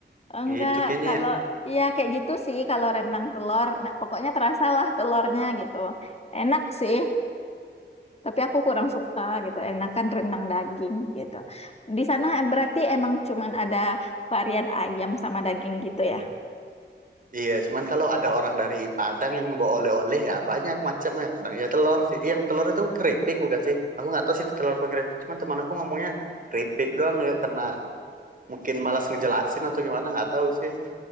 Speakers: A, on the left; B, on the right.
A: Oh, Enggak,
B: Itu kayaknya.
A: kalau
B: ya.
A: ya kayak gitu sih kalau rendang telur, Nah, pokoknya terasa lah telurnya gitu. Enak sih, tapi aku kurang suka gitu. Enakan rendang daging gitu. Di sana berarti emang cuman ada varian ayam sama daging gitu ya?
B: Iya, cuman kalau ada orang dari Padang yang ngebawa oleh-oleh ya banyak macamnya. Kadang ya telur sih. Yang telur itu keripik bukan sih? Aku nggak tahu sih itu telur apa keripik, cuman teman aku ngomongnya keripik doang ya karena mungkin malas ngejelasin atau gimana nggak tahu sih.